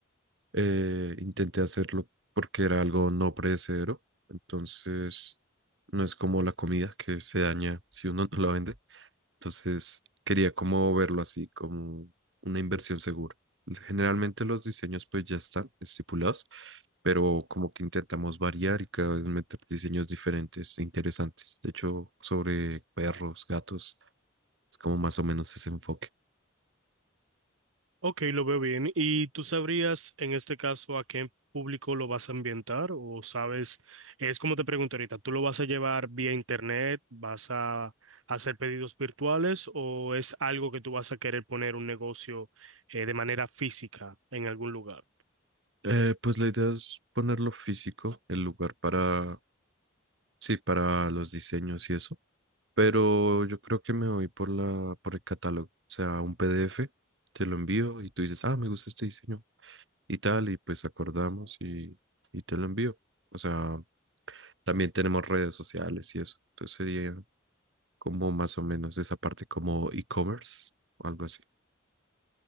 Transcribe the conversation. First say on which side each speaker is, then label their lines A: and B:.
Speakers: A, on the right; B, on the right.
A: eh, intenté hacerlo porque era algo no predecedero. Entonces, no es como la comida que se daña si uno <laughs> no la vende. Entonces, quería como verlo así, como una inversión segura. Generalmente los diseños pues ya están estipulados, pero como que intentamos variar y cada vez meter diseños diferentes e interesantes. De hecho, sobre perros, gatos, es como más o menos ese enfoque.
B: Ok, lo veo bien. ¿Y tú sabrías en este caso a qué público lo vas a ambientar? O sabes, es como te pregunto ahorita, ¿tú lo vas a llevar vía internet? ¿Vas a hacer pedidos virtuales? ¿O es algo que tú vas a querer poner un negocio eh, de manera física en algún lugar?
A: Eh, pues la idea es ponerlo físico, el lugar para, sí, para los diseños y eso, pero yo creo que me voy por la, por el catálogo, o sea, un PDF, te lo envío y tú dices, ah, me gusta este diseño y tal, y pues acordamos y, y te lo envío. O sea, también tenemos redes sociales y eso. Entonces sería como más o menos esa parte como e-commerce o algo así.